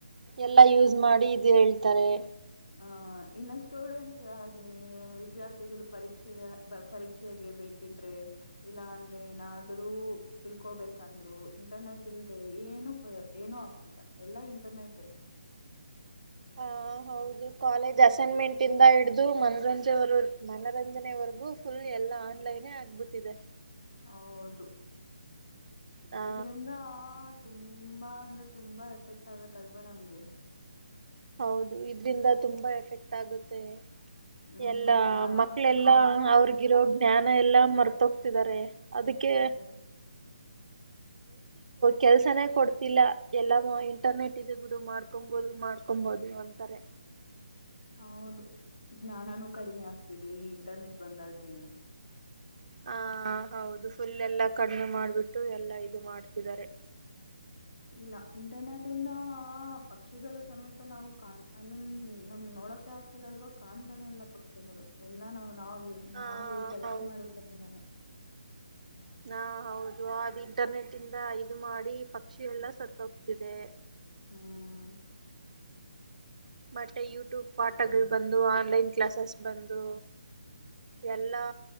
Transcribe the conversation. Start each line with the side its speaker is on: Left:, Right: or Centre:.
Right: ಎಲ್ಲಾ ಯೂಸ್ ಮಾಡಿ ಇದು ಹೇಳ್ತಾರೆ.
Left: ಹ ಇನ್ನು ಸ್ಟೂಡೆಂಟ್ಸ್ ಆಗ್ಲಿ ವಿದ್ಯಾರ್ಥಿಗಳು ಪರೀಕ್ಷೆಗೆ ಪರೀಕ್ಷೆಗೆ ಬೇಕು ಇಲ್ಲಾ ಅಂದ್ರೆ ಏನಾದ್ರರು ತಿಳ್ಕೋಬೇಕಂದ್ರು ಇಂಟರ್ನೆಟ್ ಇಲ್ದೆ ಏ ಏನನು ಏನು ಆಗ್ತಿಲ್ಲ ಎಲ್ಲಾ ಇಂಟರ್ನೆಟ್
Right: ಹಾ. ಹೌದು ಕಾಲೇಜ್ ಅಸೈನ್ಮೆಂಟ್ ಇಂದ ಹಿಡಿದು ಮನರಂಜ ಮನರಂಜನೆವರೆಗೂ ಫುಲ್ ಎಲ್ಲ ಆ--ನೇ ಆಗ್ಬಿಟ್ಟಿದೆ
Left: ಹೌದು
Right: ಹಾ
Left: ಇದರಿಂದ. ತುಂಬಾ ಅಂದ್ರೆ ತುಂಬಾ ಎಫೆಕ್ಟ್ ಆಗತ್ತಲ್ವಾ ನಮ್ಗೆ.
Right: ಹೌದು ಇದ್ರಿಂದ ತುಂಬಾ ಎಫೆಕ್ಟ್ ಆಗುತ್ತೆ.
Left: ನಮ್ಗೂ
Right: ಎಲ್ಲಾ
Left: ಜ್ಞಾನ
Right: ಮಕ್ಳೆಲ್ಲಾ
Left: ಜ್ಞಾನ ಅನ್ನೋದು
Right: ಅವ್ರಗಿರೋ ಜ್ಞಾನ ಎಲ್ಲಾ ಮರ್ತ ತೋಗ್ತಿದ್ದಾರೆ ಅದಕ್ಕೆ.
Left: ಹೌದು
Right: ಕೆಲ್ಸನೇ ಕೊಡ್ತಿಲ್ಲ ಎಲ್ಲ ಇಂಟರ್ನೆಟ್ ಇ ಬಿಡು ಮಾಡ್ಕೊಬೋದು ಮಾಡ್ ಅಂತಾರೆ
Left: ಹೌದು ಜ್ಞಾನಾನೂ ಕಡಿಮೆ ಆಗ್ತಿದೆ ಈ ಇಂಟರ್ನೆಟ್ ಬಂದ ಆದ್ರಿಂದ.
Right: ಹ ಹೌದು ಫುಲ್ ಎಲ್ಲಾ ಕಡಿಮೆ ಮಾಡ್ಬಿಟ್ಟು ಎಲ್ಲಾ ಇದು ಮಾಡ್ತಿದ್ದಾರೆ.
Left: ಇಲ್ಲ ಇಂಟರ್ನೆಟ್ ಇಂದ ಆ ಪಕ್ಷಿಗಳು ಸಮೇತ ನಾವು ಕಾಣ ನಮ್ ನೋಡಕ್ ಆಗ್ತಿಲ್ಲ ಅಲ್ವಾ ಕಾಣ್ತಾನೆ ಇಲ್ಲ ಪಕ್ಷಿಗಳು ಎಲ್ಲಾ ನಾವು ನಾವು
Right: ಹಾ
Left: ನಾವು ಬಳಕೆ
Right: ಹೌದು
Left: ಮಾಡುವುದರಿಂದಾನೇ.
Right: ಹಾ ಹೌದು ಅದು ಇಂಟರ್ನೆಟ್ ಇಂದ ಇದು ಮಾಡಿ. ಪಕ್ಷಿ ಎಲ್ಲ ಸತ್ತ ಹೋಗ್ತಿದೆ.
Left: ಹ್ಮ್
Right: ಮತ್ತೆ ಯೂಟ್ಯೂಬ್ ಪಾಠಗಳು ಬಂದು ಆನ್ಲೈನ್ ಕ್ಲಾಸಸ್ ಬಂದು ಎಲ್ಲಾ